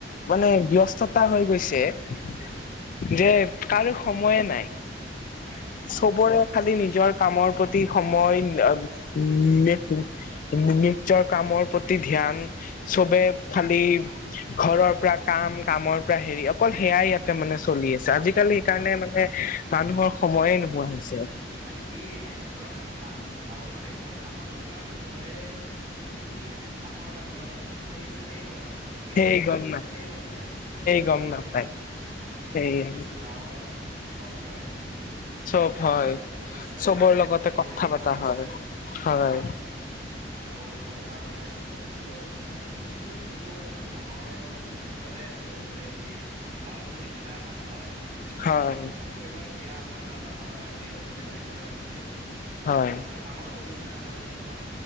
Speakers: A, on the left; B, on the right.
A: মানে, ব্যস্ততা হৈ গৈছে, <unintelligible>
B: উম উম
A: যে, কাৰোঁ সময়ে নাই।
B: নাই নাই সেইটোৱে
A: চবৰে খালি নি নিজৰ কামৰ প্ৰতি, সময় <unintelligible> নিজৰ কামৰ প্ৰতি ধ্যান চবে
B: উম, উম।
A: <unintelligible> ঘৰৰ পৰা কাম, কামৰ পৰা সেৰি, অকল সেয়াই ইয়াতে মানে, চলি আছে। আজি কালি সেইকাৰণে
B: উম
A: মানে মানুহৰ সময়ে নোহোৱা হৈছে।
B: আনকি একদম ক টাউনত একদম কাষত থকা মানুহ ঘৰে মানে কি কাষৰ মানুহ ঘৰ তাত কি চলি আছে সেয়ে গম নাপ কেইজন
A: সেই
B: মানুহ
A: গম
B: আছে সেয়ে গম নাপায় বেছিভাগে।
A: গম নাপায়
B: অ
A: সেই
B: কিন্তু গাঁৱত চব জানে।
A: চব
B: ডাঙৰ
A: হয়।
B: মানুহ কোন আছে
A: চবৰ লগতে
B: ভন্টি
A: কথা
B: ভাইটি
A: পতা
B: কোন আছে
A: হয় হয়
B: অহ আৰু এটা মানে চবতকে মানে সেইটো বোলো সেইটোতো একদম ডাঙৰ পাৰ্থক্য এটাই আছে যে হেৰি গাঁৱত যদি কিবা এখন হয়
A: হয়
B: এ ধৰি লোৱা বিয়া এখনে হল বা কাৰোবাৰ বাৰ্থডে পাতিলে বা কিবা পাতিলে
A: হয়
B: মানে ডাঙৰ অনুষ্ঠান এটা যদি হয়